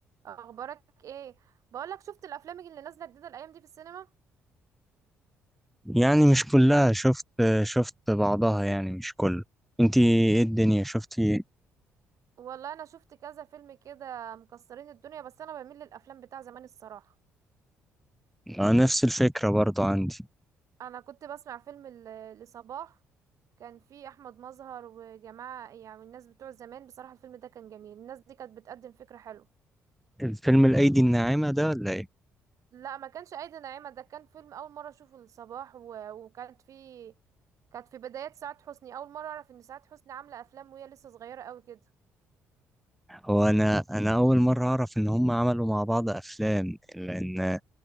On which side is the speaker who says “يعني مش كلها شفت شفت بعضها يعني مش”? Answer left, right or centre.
Centre